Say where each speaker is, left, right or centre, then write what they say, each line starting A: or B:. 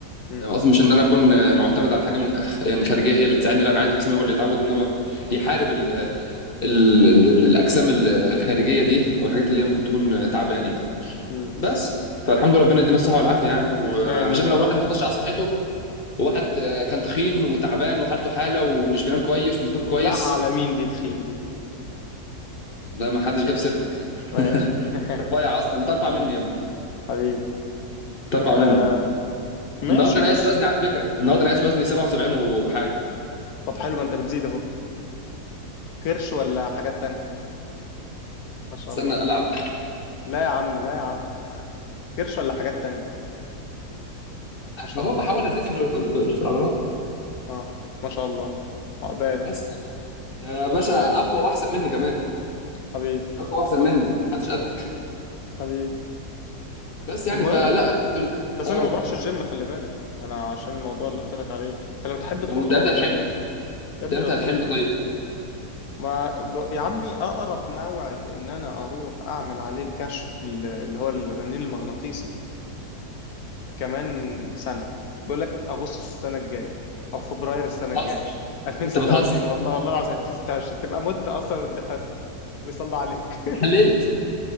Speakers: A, on the left; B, on the left.
A: مم.
B: يعني قصدي مش ان انا اكون معتمد على حاجه من- يعني خارجيه هي اللي تساعدني لا انا عايز جسمي هو اللي يتعود ان هو يحارب ال ال ال الاجسام الخارجيه دي او الحاجات اللي هي ممكن تكون تعبان يعني
A: مم.
B: بس فالحمد لله ربنا يدينا الصحه والعافيه يعني وعشان
A: آمين يا
B: لو
A: رب
B: الواحد ما حافظش على صحته وواحد آه، كان تخين وتعبان وحالته حاله ومش بينام كويس ومش باكل كويس
A: تلاقها على مين دي تخين دي
B: ده ما حدش جاب سيرتك <laughs>
A: ماشي <laughs>
B: انت رفيع اصلا انت ارفع مني يا ابني
A: حبيبي
B: انت ارفع
A: آه
B: مني
A: ماشي
B: النهارده انا
A: بس
B: قايس وزني على فكره النهارده انا قايس وزني 77 وحاجه
A: طب حلو ما انت بتزيد اهو كرش ولا حاجات تانية ما شاء
B: استنى
A: الله
B: العب
A: لا يا عم لا يا عم كرش ولا حاجات تانية ما شاء
B: اهو
A: الله
B: بحاول ازيد في ال- في العضلات
A: اه ما شاء الله عقبال
B: بس يا باشا
A: عقبال
B: اقوى واحسن مني كمان
A: حبيبي
B: اقوى واحسن مني محدش قدك
A: حبيبي
B: بس يعني
A: المهم
B: فلا الحمد لله.
A: بس
B: اه
A: انا ما بروحش الجيم خلي بالك انا عشان الموضوع اللي قلت لك عليه فلو تحب تروح
B: وانت
A: روح
B: امتى هتحله
A: يا ابني يا
B: انت
A: ابني
B: امتى
A: لو تحب
B: هتحله
A: تروح
B: طيب
A: ما ب- يا عمي اقرب موعد ان انا اروح اعمل عليه الكشف ال- اللي هو الرنين المغناطيسي كمان سنه بيقول لك اغسطس السنه الجايه او فبراير السنه الجايه
B: بتهزر
A: 2026
B: انت بتهزر
A: والله والله العظيم 2026 تبقى مت اصلا واتدفنت بيصلى عليك
B: اتحللت